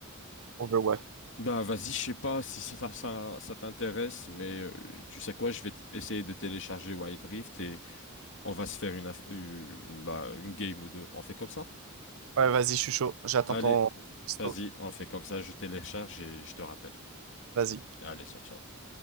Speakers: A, on the right (about 65°); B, on the left (about 60°).
A: Overwatch.
B: bah, vas-y, je sais pas si ça, ça, ça t'intéresse, mais euh, tu sais quoi, je vais t- essayer de télécharger Wild Rift et on va se faire une, aff- une, bah, une game ou deux. On fait comme ça?
A: Ouais, vas-y, je suis chaud. J'attends
B: Allez,
A: ton...
B: euh,
A: texto.
B: vas-y, on fait comme ça, je télécharge et je te rappelle.
A: Vas-y.
B: Allez, ciao, ciao.